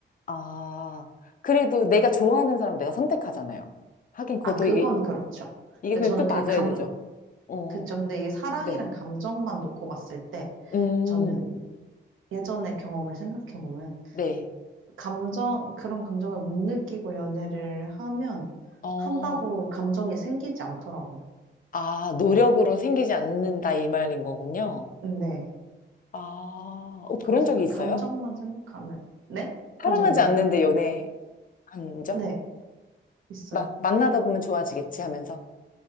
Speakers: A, on the left; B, on the right.
A: 아, 그래도 내가 좋아하는 사람을 내가 선택하잖아요. 하긴 그것도
B: 아, 그건
A: 이게,
B: 그렇죠.
A: 이게
B: 근데
A: 근데
B: 저는
A: 또 맞아야
B: 그 감,
A: 되죠. 어,
B: 그쵸. 근데 이게 사랑이란
A: 네.
B: 감정만 놓고 봤을 때
A: 음,
B: 저는 예전의 경험을 생각해보면
A: 네.
B: 감정, 그런 감정을 못 느끼고 연애를 하면
A: 어,
B: 한다고 감정이 생기지 않더라고요.
A: 아, 노력으로 생기지 않는다 이 말인 거군요.
B: 네.
A: 아, 어, 그런
B: 그래서
A: 적이
B: 그
A: 있어요?
B: 감정만 생각하면 네? 그런
A: 사랑하지
B: 적 있냐고요?
A: 않는데 연애한 적?
B: 네, 있어요.
A: 막 만나다 보면 좋아지겠지 하면서.